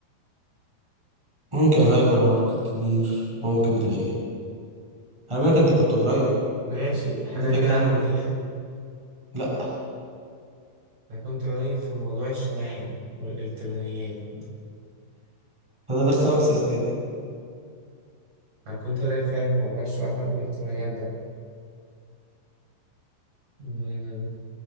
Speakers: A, in the centre; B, on the right.
A: ممكن هايبر ماركت كبير ممكن تلاقيه خلي بالك أنت كنت قريب
B: ماشي الحاجة
A: اديتك
B: دي ليها علاقة
A: هند
B: بالريحة
A: لا
B: أنا كنت قريب في موضوع الشواحن والإلكترونيات
A: فاضلك خمس أسئلة
B: أنا كنت قريب فعلا في موضوع الشواحن والإلكترونيات ده مم.